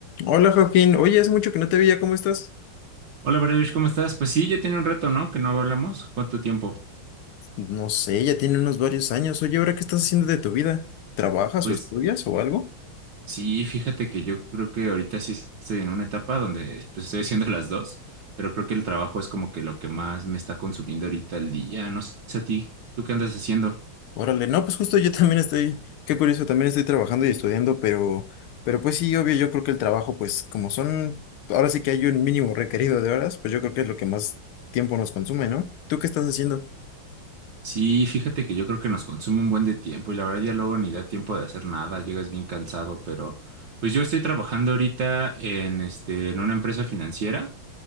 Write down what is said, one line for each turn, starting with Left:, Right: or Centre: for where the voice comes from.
Left: Hola Joaquín, oye, hace mucho que no te veía, ¿cómo estás?
Right: Hola, Baruch, ¿cómo estás? Pues sí, ya tiene un rato, ¿no? Que no hablamos. ¿Cuánto tiempo?
Left: No sé, ya tiene unos varios años. Oye, ¿ahora qué estás haciendo de tu vida? ¿Trabajas
Right: Pues
Left: o estudias o algo?
Right: sí, fíjate que yo creo que ahorita sí estoy en una etapa donde pues, estoy haciendo las dos, pero creo que el trabajo es como que lo que más me está consumiendo ahorita el día. No sé a ti, ¿tú qué andas haciendo?
Left: Órale, no, pues justo yo <laughs> también estoy, qué curioso, también estoy trabajando y estudiando, pero, pero pues sí, obvio, yo creo que el trabajo, pues como son, ahora sí que hay un mínimo requerido de horas, pues yo creo que es lo que más tiempo nos consume, ¿no? ¿Tú qué estás haciendo?
Right: Sí, fíjate que yo creo que nos consume un buen de tiempo y la verdad ya luego ni da tiempo de hacer nada, llegas bien cansado, pero pues yo estoy trabajando ahorita en este en una empresa financiera.